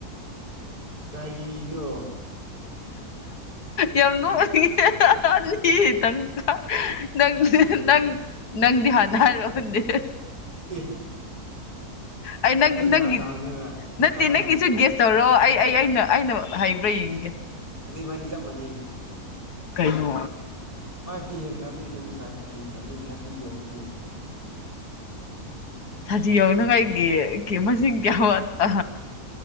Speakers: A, on the right; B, on the left.
A: ꯀꯔꯤꯅꯣ
B: ꯌꯥꯝ ꯅꯣꯛꯅꯤꯡꯉꯦꯗ ꯑꯅꯤ ꯇꯪꯈꯥꯏ ꯅꯪ
A: ꯅꯣꯛꯑꯦ
B: ꯅꯪ ꯅꯪꯒꯤ ꯍꯥꯟꯅ ꯍꯥꯏꯔꯛꯑꯣꯅꯦ
A: ꯑꯦ
B: ꯑꯩ ꯅꯪ
A: ꯑꯩꯅ
B: ꯅꯪꯒꯤ
A: ꯍꯥꯟꯅ ꯍꯪꯉꯒ ꯑꯩꯅ
B: ꯅꯠꯇꯦ
A: ꯍꯥꯟꯅ
B: ꯅꯪꯒꯤꯁꯨ
A: ꯍꯪꯉꯒ
B: ꯒꯦꯁ ꯇꯧꯔꯣ ꯑꯩ ꯑꯩ ꯑꯩꯅ ꯑꯩꯅ ꯍꯩꯕ꯭ꯔꯥ ꯌꯦꯡꯒꯦ
A: ꯑꯗꯨꯏ ꯏꯕꯥꯅꯤ ꯆꯞ ꯃꯥꯟꯅꯩ
B: ꯀꯩꯅꯣ
A: ꯐꯥꯏꯚꯇꯤ ꯍꯦꯟꯈ꯭ꯔꯕꯅꯦ ꯇ꯭ꯋꯦꯟꯇꯤ ꯐꯥꯏꯚꯇꯤ ꯍꯦꯟꯈ꯭ꯔꯕꯅꯦ ꯊꯥꯔꯇꯤ ꯌꯧꯗ꯭ꯔꯤ
B: ꯊ꯭ꯔꯇꯤ ꯌꯧꯅꯉꯥꯏꯒꯤ ꯃꯁꯤꯡ ꯀꯌꯥ ꯋꯥꯠꯄ